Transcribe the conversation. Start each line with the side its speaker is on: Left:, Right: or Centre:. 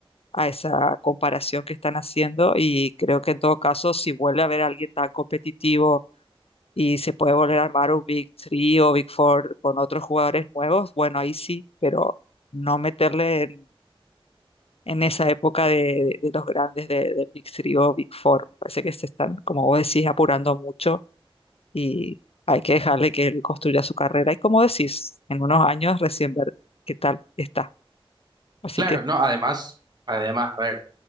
Left: a esa comparación que están haciendo y creo que en todo caso, si vuelve a haber alguien tan competitivo y se puede volver a armar un Big Three o Big Four con otros jugadores nuevos, bueno, ahí sí, pero no meterle en, en esa época de, de- de los grandes de, del Big Three o Big Four. Me parece que se están, como vos decís, apurando mucho y hay que dejarle que él construya su carrera. Y como decís, en unos años recién ver qué tal está. Así
Right: Claro,
Left: que
Right: no, además, además, a ver,